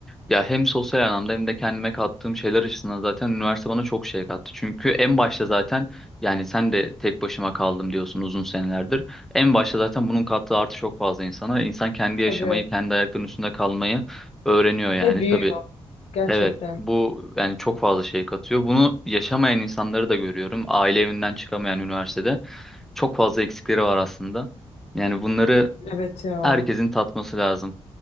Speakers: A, in the centre; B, on the left (about 85°).
A: Ya hem sosyal anlamda hem de kendime kattığım şeyler açısından zaten üniversite bana çok şey kattı. Çünkü en başta zaten yani sen de tek başıma kaldım diyorsun uzun senelerdir. En başta zaten bunun kattığı artı çok fazla insana. İnsan kendi yaşamayı,
B: Tabii.
A: kendi ayaklarının üstünde kalmayı öğreniyor yani.
B: Ve büyüyor.
A: Tabii
B: Gerçekten.
A: evet bu yani çok fazla şey katıyor. Bunu yaşamayan insanları da görüyorum. Aile evinden çıkamayan üniversitede çok fazla eksikleri var aslında. Yani bunları
B: Evet ya.
A: herkesin tatması lazım.